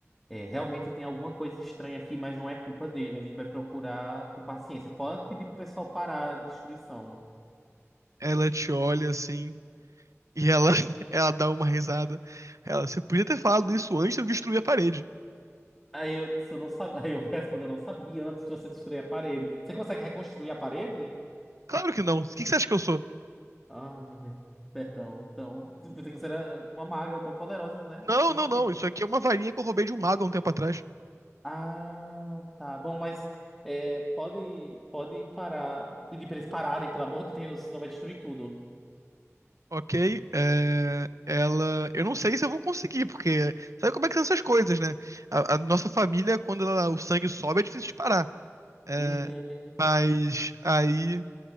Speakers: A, in the centre; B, on the right.
A: É, realmente tem alguma coisa estranha aqui, mas não é culpa dele. A gente vai procurar com paciência. Pode pedir pro pessoal parar a destruição.
B: Ela te olha assim, e ela, <laughs> ela dá uma risada. Ela, você podia ter falado isso antes de eu destruir a parede.
A: Aí eu, se eu não sabia, <laughs> aí eu vou responder, eu não sabia antes de você destruir a parede. Você consegue reconstruir a parede?
B: Claro que não. O que que você acha que eu sou?
A: Ah, perdão. Então, eu pensei que você era uma maga tão poderosa, né?
B: Não,
A: Assim,
B: não,
A: porque...
B: não. Isso aqui é uma varinha que eu roubei de um mago há um tempo atrás.
A: Ah, tá. Bom, mas é, pode, pode parar. Pedir pra eles pararem, pelo amor de Deus, senão vai destruir tudo.
B: Ok? É, Ela. Eu não sei se eu vou conseguir, porque. Sabe como é que são essas coisas, né? A, a nossa família, quando ela- o sangue sobe, é difícil de parar. É,
A: Uhum,
B: Mas aí